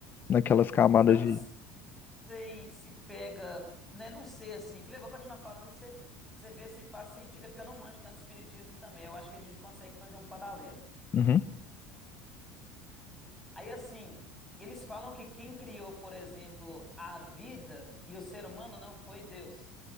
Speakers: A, on the left; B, in the centre.
A: Naquelas camadas
B: Não
A: de...
B: sei se pega, né? Não sei assim. Que eu vou continuar falando e você você vê se faz sentido, é porque eu não manjo tanto espiritismo também. Eu acho que a gente consegue fazer um paralelo.
A: Uhum.
B: Aí assim, eles falam que quem criou, por exemplo, a vida e o ser humano não foi Deus,